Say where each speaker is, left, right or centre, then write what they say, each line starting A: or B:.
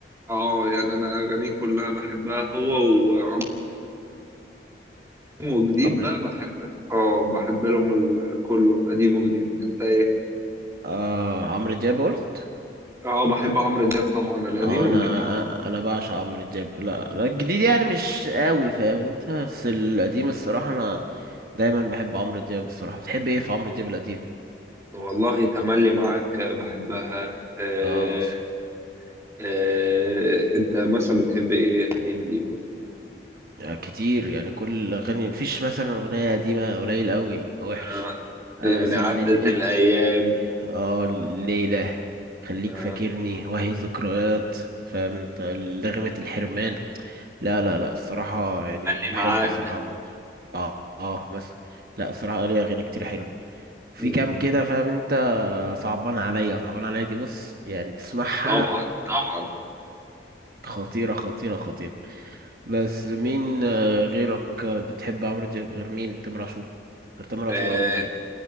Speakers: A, on the right; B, on the right.
A: اه يعني انا اغانيه كلها بحبها هو و- وقديم وجديد
B: عمرو
A: بقى
B: د-
A: بحب اه بحب لهم ال- كله قديم وجديد انت ايه؟
B: آه عمرو دياب قلت
A: اه بحب عمرو دياب طبعا القديم
B: اه انا
A: والجديد
B: انا بعشق عمرو دياب لا لا الجديد يعني مش قوي فاهم انت بس القديم الصراحه انا دايما بحب عمرو دياب الصراحه بتحب ايه في عمرو دياب القديم
A: والله تملي معاك بحبها آه
B: اه مثلا
A: آه انت مثلا بتحب ايه قديم ليه
B: يعني كتير يعني كل اغاني مفيش مثلا اغنيه قديمه قليل قوي يبقى وحش
A: آه.
B: آه
A: يعني
B: مثلا
A: عدت
B: ال...
A: الأيام
B: ال... اه الليله خليك
A: آه.
B: فاكرني وهي ذكريات فاهم انت لغمه الحرمان لا لا لا الصراحه يعني
A: خلي
B: بحبه
A: معاك
B: الصراحه عمرو دياب اه اه بس لا الصراحه ليه اغاني كتير حلوه في
A: مم.
B: كام كده فاهم انت صعبان عليا صعبان عليا دي بص يعني تسمعها
A: طبعا طبعا
B: خطيرة خطيرة خطيرة بس مين آه، غيرك آه، بتحب عمرو دياب غير مين تامر عاشور غير تامر
A: آه.
B: عاشور وعمرو دياب